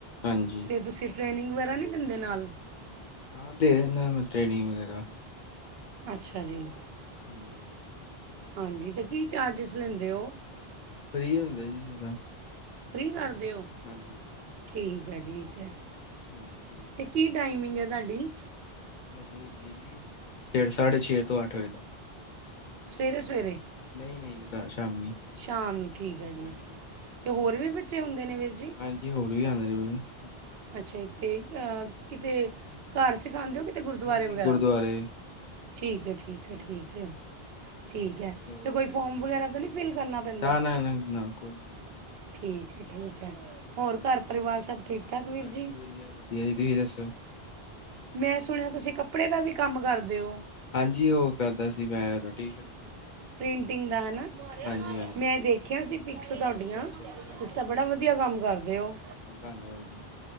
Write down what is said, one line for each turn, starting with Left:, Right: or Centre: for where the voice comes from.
Left: ਹਾਂਜੀ
Right: ਤੇ ਤੁਸੀਂ ਟ੍ਰੇਨਿੰਗ ਵਗੈਰਾ ਨੀ ਦਿੰਦੇ ਨਾਲ?
Left: ਹਾਂ ਦੇ ਦਿੰਨਾ ਮੈਂ ਟ੍ਰੇਨਿੰਗ ਵਗੈਰਾ
Right: ਅੱਛਾ ਜੀ।
Left: ਹਾਂਜੀ। ਹਾਂਜੀ
Right: ਹਾਂਜੀ ਤੇ ਕੀ ਚਾਰਜਿਸ ਲੈਂਦੇ ਹੋ?
Left: ਫਰੀ ਹੁੰਦਾ ਜੀ ਏ ਤਾਂ।
Right: ਫ੍ਰਰੀ ਕਰਦੇ ਓ
Left: ਹਾਂਜੀ
Right: ਠੀਕ ਹੈ ਜੀ ਠੀਕ ਹੈ
Left: ਹਾਂਜੀ
Right: ਤੇ ਕੀ ਟਾਈਮਿੰਗ ਹੈ ਤੁਹਾਡੀ
Left: ਸਾਡੀ ਹੈਗੀ ਹੈ ਜੀ ਛੇ ਸਾਢੇ ਛੇ ਤੋਂ ਅੱਠ ਵਜੇ ਤੱਕ
Right: ਸਵੇਰੇ- ਸਵੇਰੇ
Left: ਨਹੀਂ- ਨਹੀਂ ਰਾਤ ਸ਼ਾਮੀ
Right: ਸ਼ਾਮ ਠੀਕ ਹੈ ਠੀਕ
Left: ਹਾਂਜੀ
Right: ਹੈ ਤੇ ਹੋਰ ਵੀ ਬੱਚੇ ਹੁੰਦੇ ਨੇ ਵੀਰ ਜੀ
Left: ਹਾਂਜੀ ਹੋਰ ਵੀ ਆਉਂਦੇ ਰ
Right: ਅੱਛਾ ਜੀ ਤੇ ਕਿਤੇ ਘਰ ਸਿਖਾਉਂਦੇ ਹੋ ਕਿਤੇ ਗੁਰਦੁਆਰੇ
Left: ਨਹੀਂ ਨਹੀਂ
Right: ਵਗੈਰਾ
Left: ਗੁਰਦੁਆਰੇ
Right: ਠੀਕ ਹੈ ਠੀਕ ਹੈ
Left: ਹਾਂਜੀ
Right: ਠੀਕ ਹੈ ਠੀਕ ਹੈ
Left: ਹੋਰ
Right: ਤੇ ਕੋਈ ਫੋਰਮ ਵਗੈਰਾ ਤਾਂ ਨਹੀਂ ਫਿਲ ਕਰਨਾ ਪੈਂਦਾ
Left: ਨਾ ਨਾ ਨਾ ਨਾ ਕੋਈ ਫੋਨ ਵਗੈਰਾ ਨਹੀਂ
Right: ਠੀਕ ਹੈ, ਠੀਕ ਹੈ ਹੋਰ
Left: ਹਾਂਜੀ
Right: ਘਰ ਪਰਿਵਾਰ ਸਭ ਠੀਕ ਠਾਕ ਵੀਰ
Left: ਹਾਂਜੀ
Right: ਜੀ
Left: ਵਧੀਆ ਵਧੀਆ ਜੀ ਤੁਸੀਂ ਦੱਸੋ
Right: ਮੈਂ ਸੁਣਿਆ ਤੁਸੀਂ ਕੱਪੜੇ ਦਾ ਵੀ ਕੰਮ ਕਰਦੇ ਓ
Left: ਹਾਂਜੀ ਉਹ ਕਰਦਾ ਸੀ ਮੈਂ ਟੀ ਸਟ
Right: ਪ੍ਰਿੰਟਿੰਗ ਦਾ ਹਨਾ
Left: ਹਾਂਜੀ ਹਾਂਜੀ
Right: ਮੈਂ ਦੇਖਿਆ ਸੀ ਪਿਕਸ ਤੁਹਾਡੀਆਂ
Left: ਅੱਛਾ ਅੱਛਾ
Right: ਤੁਸੀ ਤਾਂ ਬੜਾ ਵਧੀਆ ਕੰਮ ਕਰਦੇ ਓ
Left: ਧੰਨਵਾਦ ਜੀ